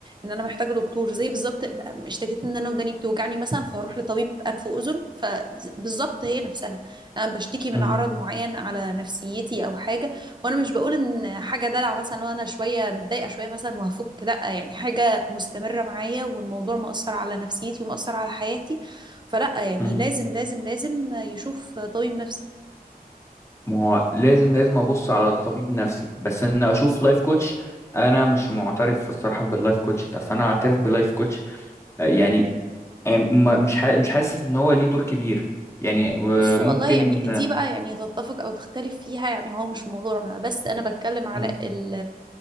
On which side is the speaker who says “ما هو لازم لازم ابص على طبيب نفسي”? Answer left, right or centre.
Left